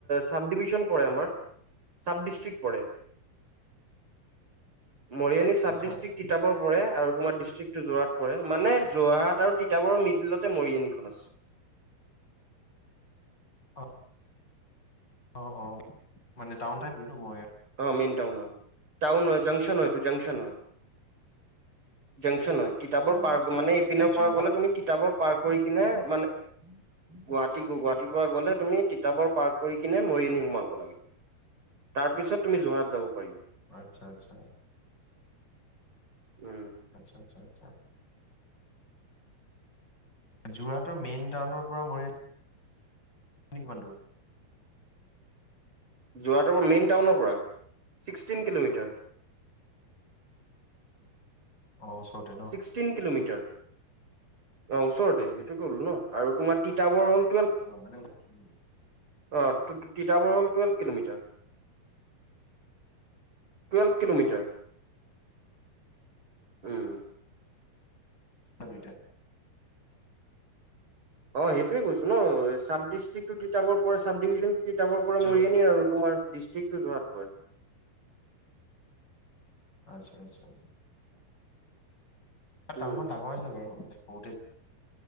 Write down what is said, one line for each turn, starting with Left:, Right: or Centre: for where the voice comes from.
Right: চাব ডিভিশন পৰে আমাৰ চাব ডিষ্টষ্ট্ৰিক্ পৰে। মৰিয়ানী চাব
Left: আচ্ছা
Right: ডিষ্টষ্ট্ৰিক্
Left: আচ্ছা
Right: তিতাবৰ পৰে আৰু তোমাৰ ডিষ্টষ্ট্ৰিক টো যোৰহাত পৰে, মানে যোৰহাট আৰু তিতাবৰ মিডিলত তাতে মৰিয়ানিখন আছে।
Left: অ অ 'অ 'মানে টাউন টাইপটোতো মই
Right: অ' মেইন টাউন হয় টাউন নহয় জংকশন হয় এটো জংকশন হয়। জাংশচন হয় তিতাবৰ
Left: অ
Right: পাৰ্ক
Left: আচ্ছা
Right: মানে
Left: আচ্ছা
Right: এইপিনৰ
Left: এই যোৰহাট
Right: পৰা গ'লে তুমি তিতাবৰ পাৰ্ক কৰি কিনে মানে গুৱাহাটী গ গুৱাহাটীৰ পৰা গ'লে তুমি তিতাবৰ পাৰ্ক কৰি কিনে মৰিআনী সোমাব লাগিব। তাৰ পিছত তুমি যোৰহাট যাব পাৰিবা।
Left: অ' আচ্ছা আচ্ছা।
Right: উম
Left: আচ্ছা আচ্ছা আচ্ছা। যোৰহাটৰ মেইন টাউনৰ পৰা মৰি এনে কিমান দোৰ।
Right: যোৰহাটৰ পৰা মেইন টাউনৰ পৰা ছিক্সটিন কিলোমিটাৰ। <inaudible>
Left: অ' ওচৰতে ন?
Right: Sixteen kilometre. অ ওচৰতে সেইটো ক'লো ন আৰু তোমাৰ তিতাবৰ হ'ল
Left: অ' মানে উ-
Right: অ'তিতাবৰ হ'ল টুৱেলভ কিলোমিটাৰ। Twelve kilometre. উম,
Left: অ'দুইটা।
Right: অ' সেইটোৱেই কৈছো ন চাব ডিষ্ট্ৰিক্টো তিতাবৰ পৰে ডিভি তিতাবৰ পৰে
Left: য
Right: মৰিয়ানি আৰু তোমাৰ ডিষ্ট্ৰিক্টো যোৰহাত পৰে।
Left: আচ্ছা আচ্ছা। টাউনখন
Right: উম
Left: ডাঙৰ আছে বাৰু মান সৰূতে